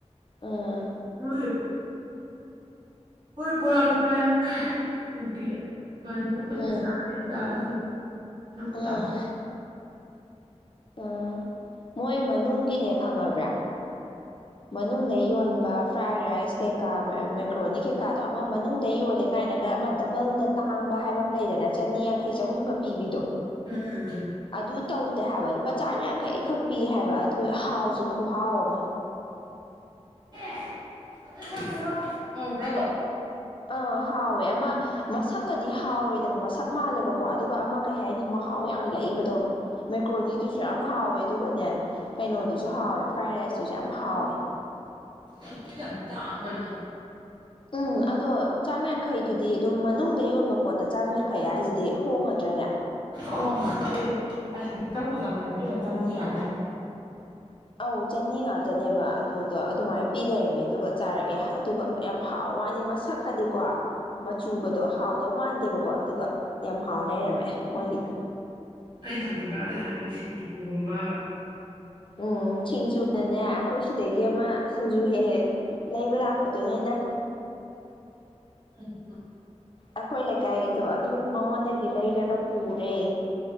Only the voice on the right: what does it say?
ꯍꯨꯏ ꯍꯣꯏ ꯕꯣꯔꯥ ꯂꯨꯄꯥ ꯌꯥꯡꯈꯩ ꯍꯨꯝꯐꯨꯒꯤ ꯒꯥꯔꯤ ꯃꯅꯨꯡꯗꯕꯨꯗꯤ
<unintelligible> ꯆꯥꯏ ꯑꯗꫭ ꯗꯨꯝ
ꯆꯥ
ꯎꯝ ꯎꯝ
<unintelligible> ꯍꯥꯎꯕ꯭ꯔꯕ
ꯑꯗꯨꯗꯤ ꯌꯥꯝ ꯇꯥꯡꯕꯅꯤ
ꯍꯣꯡꯉꯦ ꯍꯥꯏꯕꯗꯤ ꯍꯧꯖꯤꯛꯇꯤ ꯆꯪꯕꯨ ꯆꯪꯉꯗꯤ ꯏꯕꯦꯝꯃ ꯆꯅꯤ ꯉꯥꯇꯅꯦ
ꯑꯩꯗꯤ ꯍꯧꯖꯤꯛꯀꯥꯟ ꯑꯇꯩ ꯆꯥꯅꯤꯡꯗꯦ ꯁꯤꯡꯖꯨꯒꯨꯝꯕ
ꯎꯝ ꯎꯝ